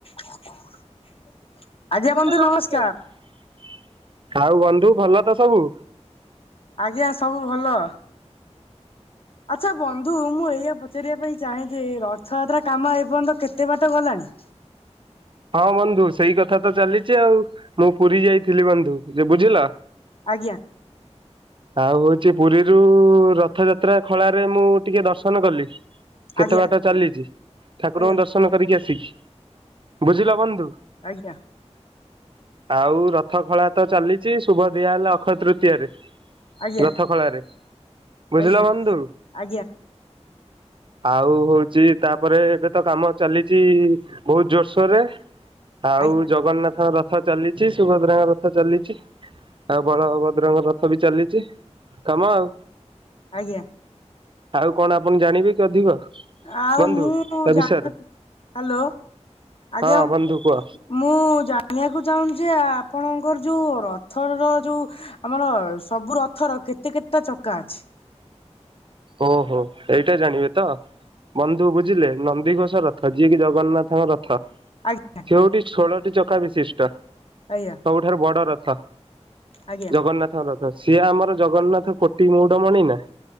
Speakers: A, on the left (about 55°); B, on the right (about 45°).
A: <unintelligible>
B: ବନ୍ଧୁ ନମସ୍କାର।
A: ନମସ୍କାର
B: ଆଉ ବନ୍ଧୁ ଭଲ ତ ସବୁ?
A: ଆଜ୍ଞା, ସବୁ ଭଲ। ଆଚ୍ଛା ବନ୍ଧୁ, ମୁଁ ଏଇଆ ପଚାରିବା ପାଇଁ ଚାହେଁ ଯେ ରଥଯାତ୍ରା କାମ ଏର୍ଯ୍ୟନ୍ତ କେତେ ବାଟ ଗଲାଣି?
B: ହଁ ବନ୍ଧୁ ସେଇ କଥା ତ ଚାଲିଛି ଆଉ, ମୁଁ ପୁରୀ ଯାଇଥିଲି ବନ୍ଧୁ ଯେ ବୁଝିଲ।
A: ଆଜ୍ଞା।
B: ଆଉ ହଉଛି ପୁରୀ ରୁ ଉ ଉ ରଥ୍ ରଥଯାତ୍ରା ଖଳାରେ ମୁଁ ଟିକେ ଦର୍ଶନ କଲି, କେତେ
A: ଆଜ୍ଞା
B: ବାଟ ଚାଲିଛି ଠାକୁରଙ୍କ
A: ଆଜ୍ଞା
B: ଦର୍ଶ ଦର୍ଶନ କରିକି ଆସିଛି। ବୁଝିଲ ବନ୍ଧୁ?
A: ଆଜ୍ଞା।
B: ଆଉ ରଥ ଖଳା ତ ଚାଲିଛି ଶୁଭ ଦିଆହେଲା ଅକ୍ଷୟ ତୃତୀୟାରେ
A: ଆଜ୍ଞା
B: ରଥ ଖଳାରେ ବୁଝିଲ
A: ଆଜ୍ଞା
B: ବନ୍ଧୁ।
A: ଆଜ୍ଞା
B: ଆଉ ହଉଛି ତାପରେ ଏବେ ତ କାମ ଚାଲିଛି ବହୁତ ଜୋର ଶ୍ ଶର ରେ ଆଉ
A: ଆଜ୍ଞା
B: ଜଗନ୍ନାଥଙ୍କ ରଥ ଚାଲିଛି ସୁଭଦ୍ରାଙ୍କ ରଥ ଚାଲିଛି। ଆଉ ବଳଭଦ୍ରଙ୍କ ରଥ ବି ଚାଲିଛି କାମ ଆଉ।
A: ଆଜ୍ଞା।
B: ଆଉ କଣ ଆପଣ ଜାଣିବେ କି ଅଧିକ?
A: ଆଉ
B: ବନ୍ଧୁ
A: ମୁଁ
B: ତା
A: ଜାଣିବାକୁ
B: ବିଷୟରେ
A: ହ୍ୟାଲୋ। ଆଜ୍ଞା
B: ହଁ ବନ୍ଧୁ କୁହ।
A: ମୁଁ ଜାଣିବାକୁ ଚାହୁଁଛି ଯେ ଆପଣଙ୍କର ଯୋଉ ରଥର ଯୋଉ ଆମର ସବୁ ରଥର କେତେ କେତେଟା ଚକା ଅଛି?
B: ଓହୋ ଏଇଟା ଜାଣିବେ ତ। ବନ୍ଧୁ ବୁଝିଲେ ନନ୍ଦିଘୋଷ ରଥ ଯିଏ କି ଜଗନ୍ନାଥଙ୍କ ରଥ ରଥ
A: ଆଜ୍ଞା
B: ସେ ହଉଚି ଷୋଳଟି ଚକା ବିଶିଷ୍ଟ।
A: ଆଜ୍ଞା।
B: ସବୁଠାରୁ ବଡ ରଥ
A: ଆଜ୍ଞା
B: ଜଗନ୍ନାଥ ରଥ ସିଏ ଆମର ଜଗନ୍ନାଥ କୋଟି ମୌଡମଣି ନା।